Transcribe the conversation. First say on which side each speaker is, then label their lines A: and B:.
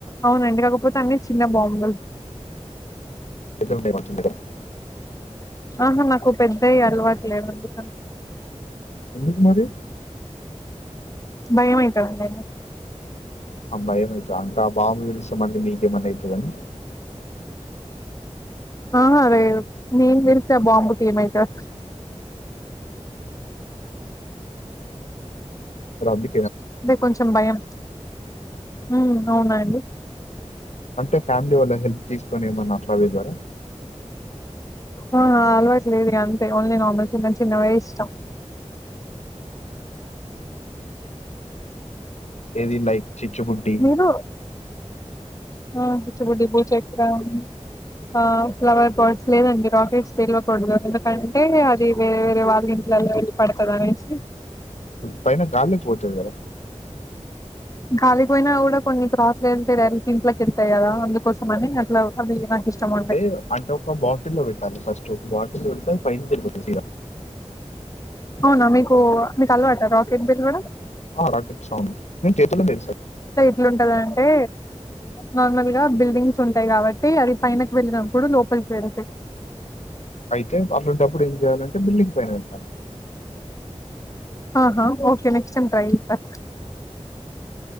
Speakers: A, on the left; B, on the left.
A: అవునండి కాకపోతే అన్ని చిన్న బాంబులు
B: ఎద్దే వచ్చంతకం <unintelligible>
A: ఆహా నాకు పెద్దవి అలవాట్లేదు అందుకని
B: అందుకుమారి <unintelligible>
A: భయం అయితాంది <unintelligible> ఉంట
B: అ భయమైతది అంటే బాబు విలుస్తే మళ్ళీ మీకేమన్నా అయితదని
A: ఆహ రే నేను తెలితె ఆ బాంబుకి ఏమైతర్
B: రబ్బి
A: అంటే కొంచెం భయం హు అవునా అండి
B: అంటే ఫ్యామిలీ వాళ్ళ హెల్ప్ తీసుకొని ఏమన్నా అట్ల పిలువరా
A: ఆ అలవాటు లేదు ఇగ అంతే ఓన్లీ నర్మల్ చిన్న చిన్నవే ఇష్టం
B: ఏది లైక్ చిచ్చుబుటి
A: మీరు ఆ చిచ్చు బుడ్డి బూ చక్రం ఆ ఫ్లవర్ బట్స్ లేదండి రాకెట్స్ తెిలవకూడదు ఎందుకంటే అది వేరే వేరే వాళ్ళ ఇంట్లలో వెళ్ళి పడ్ తధానేసి
B: పైన గాల్కి పోతది కదా
A: గాాలికి పోయిన కూడా కొన్ని క్రాసులో వెళ్తాయి డైరెక్ట్ ఇంట్లోకి వేళ్తాయి కదా అందుకోసం అని అట్లా అవి ఇష్టం ఉంటాయి
B: టే అంటే ఒక బాటిళ్ళ పెట్టాలి ఫస్ట్ బాటిల్ పెడితే అది పైనుంచి ఎల్లిపోతాది సిదా
A: అవునా మీకు మీకు అలవాట రాకెట్ పెలవడం
B: ఆ రాకట్ అవును నేను చేతుల్లో పేలుస్తా
A: ట్లుంటదంటే నార్మల్గా బిల్డింగ్స్ ఉంటాయి కాబట్టి అది పైనకి వెళ్ళినప్పుడు లోపలికి వెల్తాయ్
B: అయితే అట్లాంటప్పుడు ఏం చేయాలంటే బిల్డింగ్ పైన పెట్టాలి
A: అహ ఓకే నెక్స్ట్ టైమ్ ట్రై చెత్త